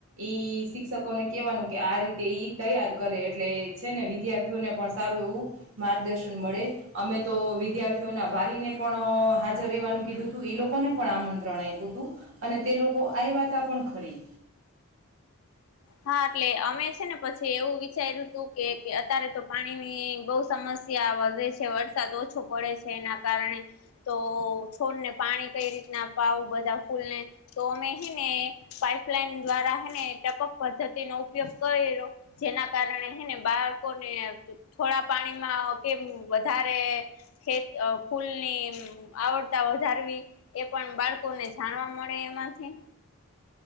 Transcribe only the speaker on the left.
હા એટલે અમે છે ને પછી એવું વિચાર્યું હતું કે અત્યારે તો પાણીની બહુ સમસ્યા વધે છે વરસાદ ઓછો પડે છે એના કારણે તો છોડને પાણી કઈ રીતના પાવુ બધા ફૂલને તો અમે હેને પાઈપલાઈન દ્વારા હને ટપક પદ્ધતિનો ઉપયોગ કર્યો જેના કારણે એને બાળકોને થોડા પાણીમાં કેમ વધારે ખેત ફૂલની આવડતા વધારવી એ પણ બાળકોને જાણવા મળે એમાંથી